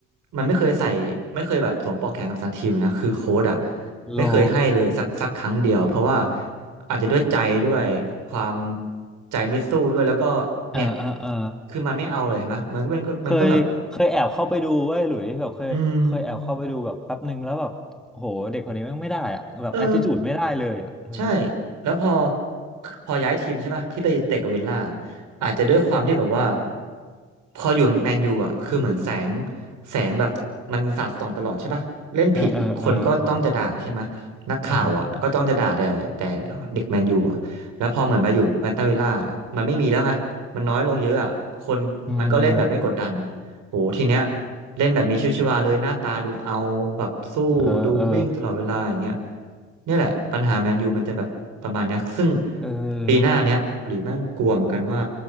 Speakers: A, on the right (about 80°); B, in the centre.
A: มันไม่เคยใส่ไม่เคยแบบสวมปลอกแขนกับตันทีมนะคือโค้ชอ่ะ
B: รอ
A: ไม่เคยให้เลยสักสักครั้งเดียวเพราะว่าอาจจะด้วยใจด้วยความใจไม่สู้ด้วยแล้วก็เนี่ย
B: เออเออเออ
A: คือมันไม่เอาเลยเห็นไหมมันก็เป็นก็มันก็แบบ
B: เคยเคยแอบเข้าไปดูเว้ยหลุยแบบเคยเคยแอบเข้าไปดูแบบแป๊บหนึ่งแล้วแบบโหเด็กคนนี้แม่งไม่ได้อะแบบแอ
A: อืมเออ
B: t ติจูดไม่ได้เลยอะเออ
A: ใช่แล้วพอ พอย้ายทีมใช่ป่ะที่ไปเตะกับวิลล่า อาจจะด้วยความที่แบบว่าพออยู่แมนยูอ่ะ คือเหมือนแสง แสงแบบมันสาดส่องตลอดใช่ป่ะ เล่นผิดคนก็ต้องจะด่าใช่ไหม
B: เออเออเออ
A: นักข่าวอ่ะก็ต้องจะด่าแต่แต่
B: เออ
A: เด็กแมนยูอ่ะแล้วพอเหมือนไปอยู่มาตาวิลล่ามันไม่มีแล้วไงมันน้อยลงเยอะอ่ะคนมันก็เล่นแบบไม่กดดัน
B: อืม
A: โหทีเนี้ย เล่นแบบมีชีวิตชีวาเลยหน้าตาดูเอาแบบสู้ดูวิ่งตลอดเวลาอย่างเงี้ย
B: เออเออ
A: เนี่ยแหละปัญหาแมนยูมันจะแบบประมาณเนี้ยซึ่ง
B: เอ
A: ปีหน้าเนี้ยหรือแม่งกลัวเหมือนกันว่า
B: อ